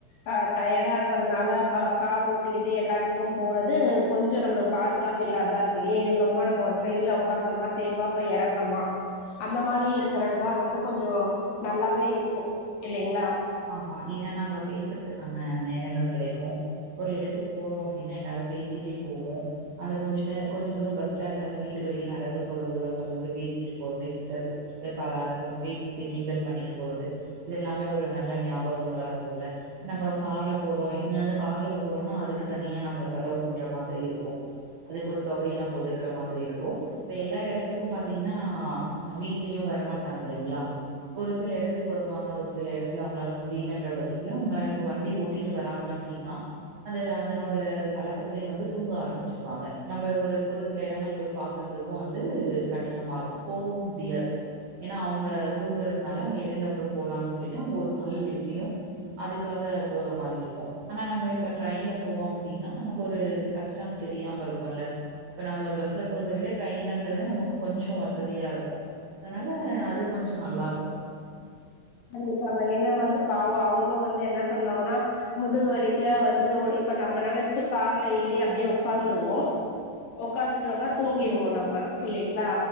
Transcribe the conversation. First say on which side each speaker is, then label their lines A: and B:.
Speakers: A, on the left; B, on the right.
A: அ டயடா இருக்கிறனால ப கார் ஓட்டிக்கிட்டே எல்லா எடத்துக்கும் போறது கொஞ்சோ நம்ளுக்கு பாதுகாப் பு இல்லாதா இருக்கு ஏறுணுமா நம்ம ட்ரெய்ன்ல உக்காந்தமா சேஃபா போய் எறங்ணமா அந்த மாரி இருக்கறதா வந்து கொஞ்சோ நல்லாவே இருக்கு இல்லைங்ளா
B: ஆமா ஏனா நம்ம பேசறதுக்கான நேரங்கள் கெடைக்கு ஒரு இடத்துக்கு போறோ அப்டின்னா எல்லாரு பேசிட்டே போவோ அந்த கொஞ்ச நே கொஞ்ச தூரோ பஸ் ஸ்டாண்ட்ல இருந்து வீட்டு வரையு நடந்து போற தூரங்கள் வந்து பேசிட்டு போறது கிண்டல் க பேசிட்டு கிண்டல் பண்ணிட்டு போறது இது எல்லாமே ஒரு நல்ல ஞாபகங்களா இருக்குல்ல நம்ம கார்ல போறோ இங்க இருந்து கார்ல போறோன்னா அதுக்கு தனியா நம்ம செலவு பண்ற மாதிரி இருக்கு அதுக்கு ஒரு தொகைய நம்ம ஒதுக்குற மாதிரி இருக்கு இப்ப எல்லா எடத்துக்கு பாத்திங்கனா வீட்லயு வரமாட்டாங்க இல்லைங்ளா ஒரு சில எடத்துக்கு வருவாங்க ஒரு சில எடத் இல்ல அவங்களால முடியலன்ற பட்சத்துல அவங்க இப்ப வண்டி ஓட்டிட்டு வர்றாங்க அப்டின்னா அந்த அதனோட கலக்கத்துலே வந்து தூங்க ஆரம்பிச்சிருவாங்க நம்ம ஒரு ஒரு சில இடங்கள் போய் பாக் கறதுக்கு வந்து கடினமாருக்கு போகவு முடியாது ஏன்னா அவுங்க தூங்குறதுனால அவங்க எழுந்த அப்புற போலானு சொல்லிட்டு அவங்க ஒரு நாள் எப்டியு அதுக்காக போற மாரி இருக்கு ஆனா நம்ம இப்ப ட்ரெயின்ல போறோ அப்டின்னா நமக்கு ஒரு கஷ்டம் தெரியாம இருக்குல்ல இப்ப நம்ம பஸ்ல போறத விட ட்ரெயின்லன்றது நமக்கு கொஞ்ச வசதியா இருக்கு அதனால அது கொஞ்ச நல்லா இருக்கு
A: கண்டிப்பாங்க ஏன்னா வந்து பாவோ அவங்களு வந்து என்ன பண்ணுவாங்கன்னா முதுகு வலி க்க வந்துரோட இப்ப நம்பளால சோ கார்ல ஏறி அப்டியே உக்காந்துருவோ உக்காந்துட்டோனா தூங்கிருவோ நம்ம இல்லைங்ளா